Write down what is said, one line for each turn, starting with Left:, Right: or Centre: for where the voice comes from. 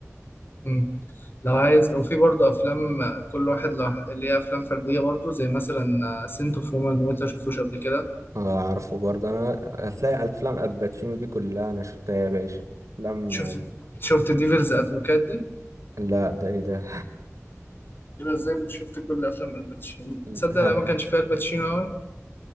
Left: مم. لو عايز وفي برضه أفلام آه، كل واحد لوح... اللي هي أفلام فردية برضه زي مثلا سنت اوف وومن لو أنت ما شفتوش قبل كده
Right: آه، اعرفه برضه انا هتلاقي افلام الباتشينو دي كلها انا شفتها يا باشا افلام
Left: شفت شفت ديفلز أدفوكات دي؟
Right: لا ده ايه ده
Left: يبقى ازاي بتشوفت كل افلام الباتشينو
Right: <laughs>
Left: تصدق انا ما كانش فيها الباتشينو قوي